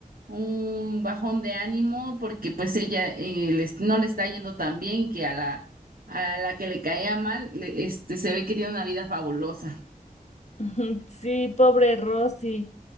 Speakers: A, on the right (about 70°); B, on the left (about 50°).
A: un bajón de ánimo porque pues ella eh, les- no le está yendo tan bien y que a la, a la que le caía mal le- este, se ve que tiene una vida fabulosa.
B: <laughs> Ujú, Sí, pobre Rosy.